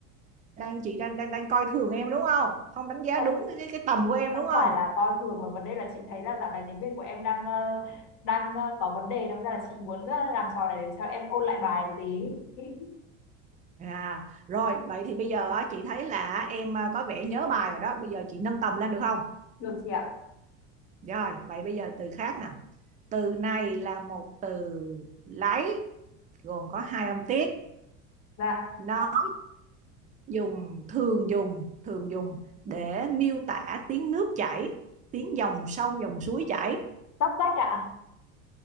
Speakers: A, on the right; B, on the left.
A: đang chị đang đang đang coi thường em đúng không không đánh giá
B: không
A: đúng cái cái, tầm của em
B: không
A: đúng không
B: phải là coi thường mà vấn đề là chị thấy là dạo này tiếng Việt của em đang ờ, đang ờ, có vấn đề đâm ra là chị muốn ờ, làm trò này để cho em ôn lại bài một tí <laughs>
A: à rồi vậy thì bây giờ á, chị thấy là em à, có vẻ nhớ bài rồi đó bây giờ chị nâng tầm lên được không
B: được chị ạ
A: rồi vậy bây giờ từ khác nè từ này là một từ lấy gồm có hai âm tiết
B: dạ
A: nó dùng thường dùng thường dùng để miêu tả tiếng nước chảy tiếng dòng sông dòng suối chảy
B: sắp sách ạ